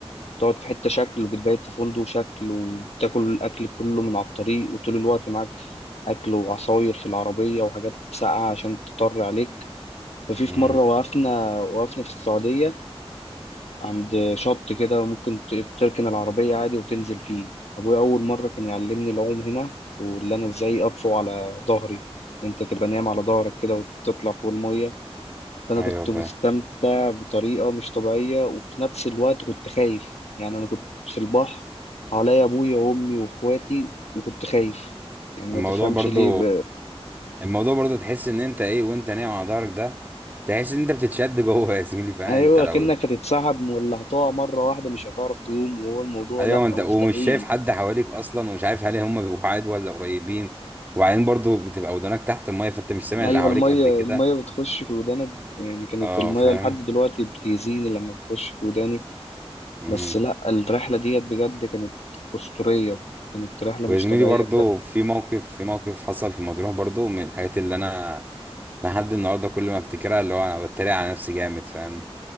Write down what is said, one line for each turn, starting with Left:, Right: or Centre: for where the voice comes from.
Left: بتقعد في حتة شكل وبتبيت في فندق شكل وبتاكل الأكل كله من على الطريق وطول الوقت معاك أكل وعصاير في العربية وحاجات ساقعة عشان تضطر عليك ففي في
Right: امم
Left: مرة وقفنا وقفنا في السعودية عند شط كده ممكن ت- تركن العربية عادي وتنزل فيه أبويا أول مرة كان يعلمني العوم هنا واللي أنا إزاي أطفو على ظهري أنت تبقى نايم على ظهرك كده وتطلع فوق المية فأنا
Right: ايوه
Left: كنت
Right: فاهم
Left: مستمتع بطريقة مش طبيعية وفي نفس الوقت كنت خايف يعني أنا كنت في البحر حواليا أبويا وأمي وأخواتي وكنت خايف يعني ما
Right: الموضوع
Left: تفهمش
Right: برضه
Left: ليه ب...
Right: الموضوع برضه تحس ان انت ايه وانت نايم على ظهرك ده تحس ان انت بتتشد جوه يا زميلي فاهم
Left: ايوه
Right: انت لو
Left: كأنك هتتسحب ولا هتقع مرة واحدة مش هتعرف تقوم وهو الموضوع
Right: ايوه
Left: لا
Right: انت
Left: مستحيل
Right: ومش شايف حد حواليك اصلا ومش عارف هل هم بيبقوا بعاد ولا قريبين وبعدين برضه بتبقى ودانك تحت الميه فانت مش سامع
Left: ايوه
Right: اللي حواليك
Left: المية
Right: قد كده
Left: المية بتخش في ودانك يعني كانت
Right: اه
Left: المية
Right: فاهم
Left: لحد دلوقتي بتأذيني لما بتخش في وداني
Right: امم.
Left: بس لا الرحلة ديت بجد كانت أسطورية كانت رحلة
Right: ويا
Left: مش
Right: زميلي
Left: طبيعية
Right: برضو
Left: بجد
Right: في موقف في موقف حصل في مطروح برضو من الحاجات اللي انا لحد النهارده كل ما افتكرها اللي هو انا بتريق على نفسي جامد فاهم